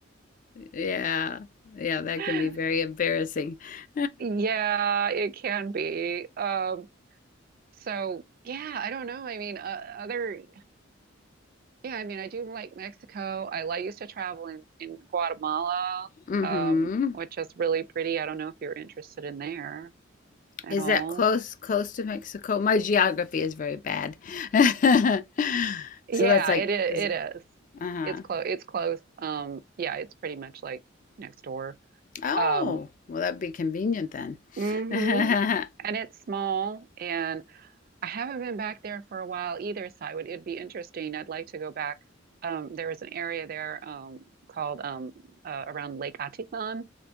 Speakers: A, on the left; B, on the right.
A: Yeah. Yeah,
B: <laughs>
A: that can be very embarrassing. <laughs>
B: Yeah, it can be. Um, so yeah, I don't know. I mean, uh, other yeah, I mean, I do like Mexico. I, like used to travel in in Guatemala,
A: Mhm.
B: um, which is really pretty. I don't know if you're interested in there at
A: Is
B: all.
A: that close close to Mexico? My geography is very bad. <laughs>
B: Yeah,
A: So that's like
B: it i- it
A: is
B: is.
A: uh-huh.
B: It's close. It's close. Um, yeah, it's pretty much like next door.
A: Oh,
B: Um,
A: well that'd be convenient then.
B: hmm
A: <laughs>
B: And it's small, and I haven't been back there for a while either, so I would, it'd be interesting. I'd like to go back. Um, there was an area there um, called um, uh, around Lake Atitlan,